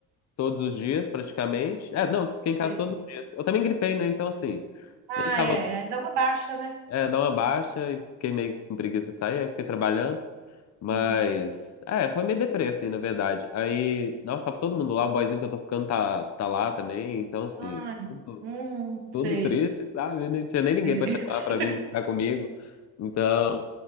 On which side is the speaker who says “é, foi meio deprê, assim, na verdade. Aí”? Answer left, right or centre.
Left